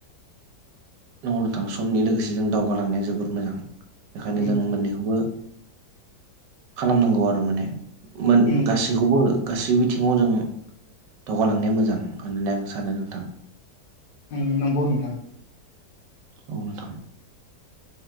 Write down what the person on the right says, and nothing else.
नंगौ नोंथां समनि लोगोसे जों दावगालांनाया जोबोर मोजां बेखायनो
जों मोननैखौबो खालामनांगौ आरो माने मोन
गासैखौबो गासै बिथिङाव जों दावगालांनाया मोजां होननानै आं सानो नोंथां
औ नोंथां